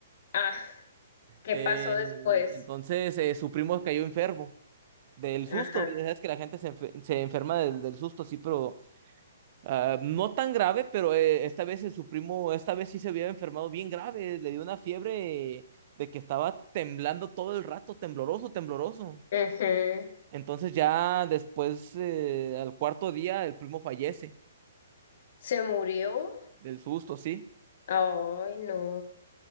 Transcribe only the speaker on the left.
ah, ¿qué
pasó después?
Ajá.
ujú.
¿Se murió?
Ay, no.